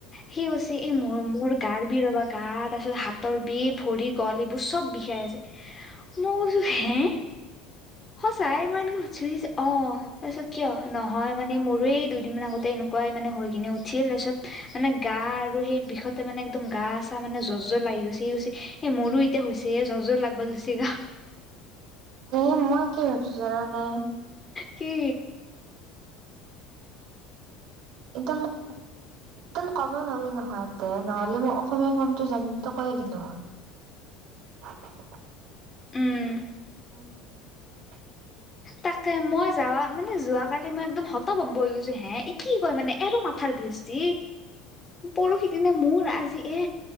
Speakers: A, on the left; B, on the right.
A: সি কচি, এই মোৰ-মোৰ গাৰ বিৰ ৰবা গা তাৰপিছত হাত হাতৰ বিষ ভৰি গৱালিবোৰ চব বিষাই আছে, মই কৈছো হে
B: <unintelligible>
A: সঁচাই মই এনেকৈ সোধচো সি কৈছে অঁ, তাৰপিছত কিয়? নহয় মানে মোৰৰেই দুদিনমান আগতেই এনে কোৱাই মানে শুই কিনি উঠি লৈছোঁ মানে গা আৰু সেই বিষতে মানে একদম গা-চা মানে জৰ্ জৰ্ লাগি গৈছে সি কৈছে এ মোৰো এতিয়া হৈছে এ, জৰ্-জৰ্ লাগব ধৰচি গা।
B: এ, মই কি ভাবিছো জানানে?
A: কি
B: একদম একদম কব নোৱাৰি নহয় ইতে, নহ'লে মই অসমীয়া ফ্ৰমটো জানি টো কৈয়ে দিলো হয়। <unintelligible>
A: উম
B: হয় <unintelligible>
A: তাকে, মই যাৱা-মানে যোৱ কালি মই একদম হত বম্ব হৈ গৈছো হে, ই কি কয় মানে এ মাত ঠাৰ গৃষ্ঠি পৰহি দিনে মোৰ আজি এ